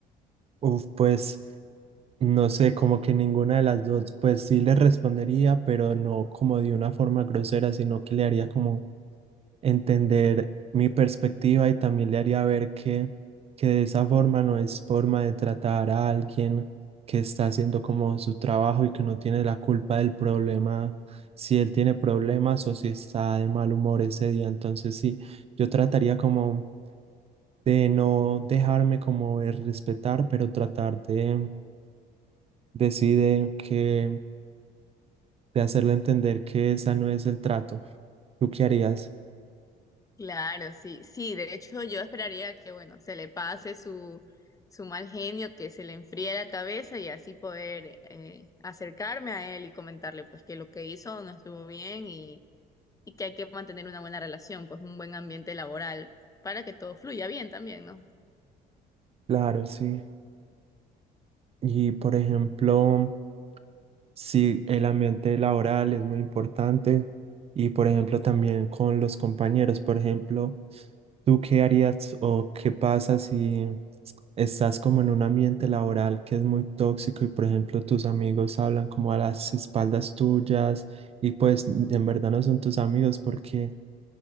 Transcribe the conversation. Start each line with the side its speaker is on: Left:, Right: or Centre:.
Right: Uf, pues no sé, como que ninguna de las dos, pues sí le respondería, pero no como de una forma grosera, sino que le haría como entender mi perspectiva y también le haría ver que, que de esa forma no es forma de tratar a alguien que está haciendo como su trabajo y que no tiene la culpa del problema, si él tiene problemas o si está de mal humor ese día. Entonces sí, yo trataría como de no dejarme como de respetar, pero tratar de decir que, de hacerle entender que esa no es el trato. ¿Tú qué harías?
Left: Claro, sí, sí, de hecho yo esperaría que, bueno, se le pase su, su mal genio, que se le enfríe la cabeza y así poder eh, acercarme a él y comentarle pues que lo que hizo no estuvo bien y que hay que mantener una buena relación, pues un buen ambiente laboral para que todo fluya bien también, ¿no?
Right: Claro, sí. Y por ejemplo, Sí, el ambiente laboral es muy importante y, por ejemplo, también con los compañeros. Por ejemplo, ¿tú qué harías o qué pasa si estás como en un ambiente laboral que es muy tóxico y, por ejemplo, tus amigos hablan como a las espaldas tuyas y pues en verdad no son tus amigos porque